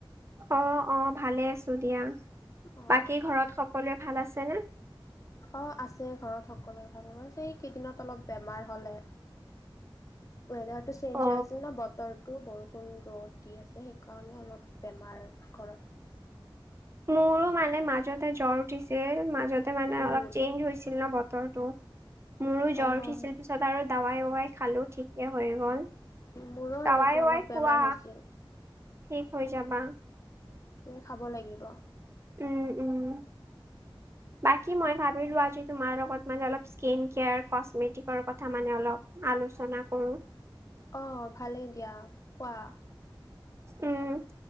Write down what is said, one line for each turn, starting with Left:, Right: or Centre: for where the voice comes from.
Right: অ', অ' ভালে আছোঁ দিয়া।
Left: অঁ
Right: বাকী ঘৰত সকলোৱে ভাল আছে ন'?
Left: অ' আছে ঘৰত সকলোৰে ভালে, মই কৈছি এই কেইদিনত অলপ বেমাৰ হ'লে।
Right: <inaudible>
Left: ৱেইদাৰটো চেঞ্জ
Right: অ
Left: হৈ আছিল ন' বতৰটো বৰষু কোন ৰ'দ দি আছে সেইকাৰণে অলপ বেমাৰ ঘৰত
Right: মোৰো মানে মাজতে জ্বৰ উঠিছিল মাজতে মানে
Left: উম
Right: অলপ চেঞ্জ হৈছিল ন ব তটো মোৰো জ্বৰ
Left: অঁ
Right: উঠিছিল পিছত আৰু দাৱাই ৱাই খালো ঠিকে হৈ গ'ল
Left: মোৰো
Right: তাৱাই
Left: এনেকৈ
Right: ৱাই
Left: অলপ
Right: খোৱা
Left: বেমাৰ হৈছিল
Right: ঠিক হৈ যাবা
Left: খাব লাগিব
Right: উম উম বাকী মই ভাবিলো আজি তোমাৰ লগত ম অল স্ কেয় কে কথা মানে অল আলোচনা কৰো
Left: অঁ ভালেই দিয়া কোৱা
Right: উম